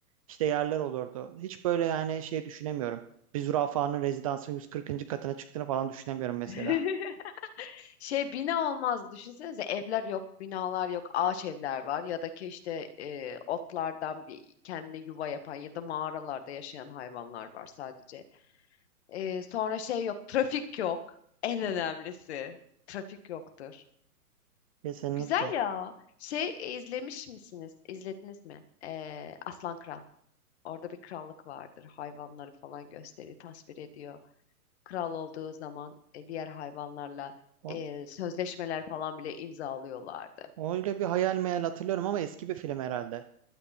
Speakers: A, on the right; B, on the left.
A: işte yerler olurdu. Hiç böyle yani şey düşünemiyorum. Bir zürafanın rezidansın 140. katına çıktığını falan düşünemiyorum mesela.
B: <laughs> Şey bina olmaz düşünsenize evler yok, binalar yok, ağaç evler var ya da ki işte e, otlardan bir kendine yuva yapan ya da mağaralarda yaşayan hayvanlar var sadece. E, sonra şey yok, trafik yok. En önemlisi trafik yoktur.
A: Kesinlikle.
B: Güzel ya. Şey e, izlemiş misiniz? İzlediniz mi? E, Aslan Kral. Orada bir krallık vardır. Hayvanları falan gösteriyor, tasvir ediyor kral olduğu zaman e, diğer hayvanlarla
A: O-
B: e, sözleşmeler falan bile imzalıyorlardı.
A: Öyle bir hayal meyal hatırlıyorum ama eski bir film herhalde.